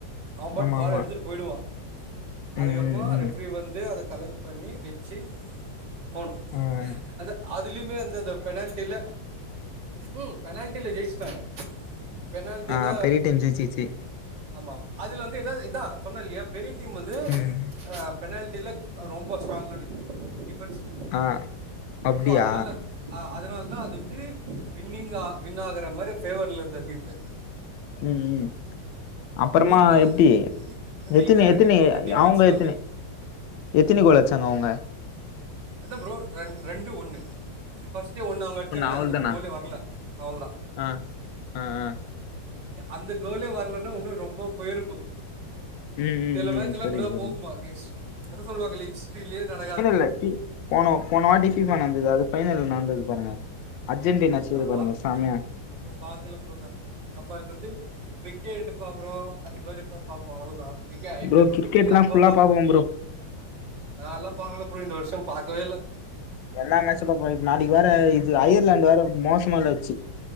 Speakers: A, on the right (about 70°); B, on the left (about 80°).
A: அவ பாட்டுக்கு
B: ஆமா,
A: பால்
B: ஆமா.
A: எடுத்துட்டு போயிடுவா அதுக்கப்புறமா
B: ம், ம்,
A: ரெஃப்ரி
B: ம்.
A: வந் து அத கலெக்ட் பண்ணி வெச்சி போனு
B: ம்
A: அந்த அதுலயுமே வந்து அந்த பெனால்ட்டில ம் பெனால்ட்டில ஜெயிச்சுட்டாங்க பெனால்டில
B: ஆ பெரிய டீம் ஜெயிச்சிச்சு.
A: ஆமா அதுல வந்து என்ன இதா சொன்னேல்லையா பெரிய டீம் வந்து
B: ம்.
A: ஆ பெனால்டில ரொம்ப ஸ்ட்ராங்கான டீம் டிஃபன்ஸ்ல
B: ஆ அப்டியா?
A: சோ அதுனால வந்து ஆ அதனால தா அது வந்து வின்னிங்கா வின் ஆகுற மாரி ஃபேவர்ல இருந்த டீம்
B: ம் ம் அப்பறமா
A: இதுல
B: எப்டி
A: வந்து வீக்கான
B: எத்தினி எத்தினி
A: டீம்ல வந்து டிஃபென்ஸ்
B: அவுங்க
A: கம்மி
B: எத்தினி எத்தினி கோல் அச்சாங்க அவங்க
A: அதா ப்ரோ ரெண் ரெண்டு ஒண்ணு ஃபர்ஸ்டே ஒண்ணு அவங்க அடிச்சாங்கள
B: அவள்தானா?
A: அதுக்கப்புறம கோலே வர்ல அவள்தா
B: ஆ, ஆ, ஆ.
A: அந்த கோலே வர்லன்னா இன்னு ரொம்ப போயிருக்கு
B: ம், ம்,
A: சில
B: ம்.
A: மேச்சல்லா
B: புரியுது,
A: இப்டிதா
B: புரியுது.
A: போகும்மா இஷ் அதா சொல்லுவாங்கல்ல ஹிஸ்ட்ரிலேயே நடக்காத
B: த டி போன போன வாட்டி ஃபீஃபா நடந்தது அது ஃபைனல்ல நடந்தது பாருங்க அர்ஜென்டினா
A: இன்னா
B: செய்து
A: பா
B: பாருங்க செமையா
A: அப்ப பாக்கல ப்ரோ நானு அப்ப அதுக்கு வந்து கிரிக்கெட்டு பாக்குறோ அது மாரி இருந்தா பாப்போ அவ்ளோதா க்ரிக்யா ஐ
B: ப்ரோ
A: பி எல் போட்டு
B: கிரிக்கெட்லாம்
A: வீட்ல அப்பா
B: ஃபுல்லா
A: பாப்போ
B: பார்ப்போம் ப்ரோ
A: நாலா பாக்கல ப்ரோ இந்த வருஷோ பாக்கவே இல்ல
B: எல்லா மேச்சு பாப்போ இன்சு நாளைக்கு வேற இது அயர்லாந்து வேற மோசமா வெளான்ச்சு